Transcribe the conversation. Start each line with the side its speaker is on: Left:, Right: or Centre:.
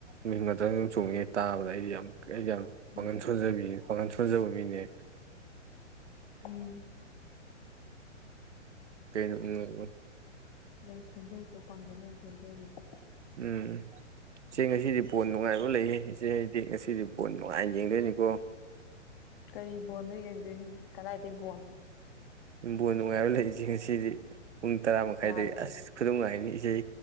Right: ꯃꯤꯍꯨꯟꯒ ꯗꯪ ꯗꯪ ꯆꯣꯡꯉꯦ ꯇꯥꯕꯗ ꯑꯩꯗꯤ ꯌꯥꯝ ꯑꯩ ꯌꯥꯝ ꯄꯒꯥꯟꯁꯣꯟꯖꯕꯤ
Left: ꯎꯝ
Right: ꯄꯒꯥꯟ ꯁꯣꯟꯖꯕ ꯃꯤꯅꯦ
Left: ꯎꯝ
Right: ꯀꯩꯅꯣ ꯎꯝ ꯑꯥꯕꯨ
Left: ꯌꯥꯝ ꯁꯣꯟꯖꯩꯕꯨ ꯄꯥꯡꯒꯟ ꯌꯥꯝ ꯁꯣꯟꯖꯔꯤꯔꯣ
Right: ꯎꯝ ꯏꯆꯦ ꯉꯁꯤꯗꯤ ꯕꯣꯜ ꯅꯨꯡꯉꯥꯏꯕ ꯂꯩꯌꯦ ꯏꯆꯦ ꯑꯩꯗꯤ ꯉꯁꯤꯗꯤ ꯕꯣꯜ ꯅꯨꯡꯉꯥꯏꯅ ꯌꯦꯡꯗꯣꯏꯅꯤꯀꯣ
Left: ꯀꯔꯤ ꯕꯣꯜꯅꯣ ꯌꯦꯡꯗꯣꯏꯁꯤꯅ ꯀꯗꯥꯏꯗꯒꯤ ꯕꯣꯜꯅꯣ
Right: ꯕꯣꯜ ꯅꯨꯡꯉꯥꯏꯕ ꯂꯩꯏꯁꯦ ꯉꯁꯤꯗꯤ ꯄꯨꯡ ꯇꯔꯥ ꯃꯈꯥꯏꯗꯒꯤ
Left: ꯌꯥꯔꯣꯏ
Right: ꯑꯁ ꯈꯨꯅꯨꯡꯉꯥꯏꯅꯤ ꯏꯆꯦ